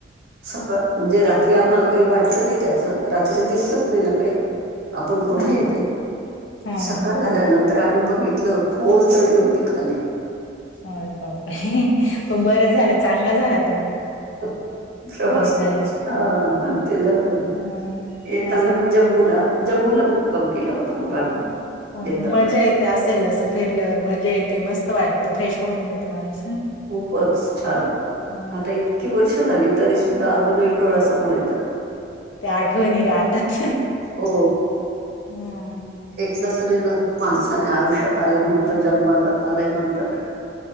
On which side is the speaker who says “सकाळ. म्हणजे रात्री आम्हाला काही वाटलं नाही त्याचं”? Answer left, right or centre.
Right